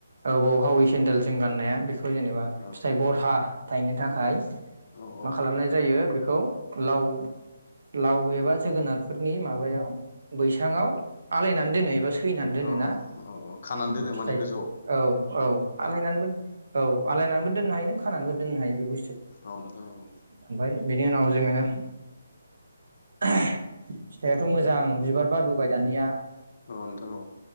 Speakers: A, on the right; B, on the left.
A: औ औ हावै सेेनन्देल जों गाननाया बे बेखौ जेनेबा
B: औ
A: फिथाइ बरहा थायनो थाखाय
B: औ औ
A: मा खालामनाय जायो बेखौ लाव लाव एबा जोगोनारफोरनि माबायाव बैसाङाव आलायनानै दोनो एबा सैनानै दोनो
B: औ
A: ना
B: औ औ खानानै
A: ओम
B: दोनो
A: खिथायो
B: माने गोजौआव
A: औ औ आलायनानैबो औ आलायनानैबो दोननो हायो नों खानानैबो दोननो हायो बे
B: औ नोंथां औ
A: <unintelligible> ओमफाय बेनि उनाव जोङो <unintelligible> फिथाइआथ' मोजां बिबार बारबोबाय दानिया
B: अ नोंथां औ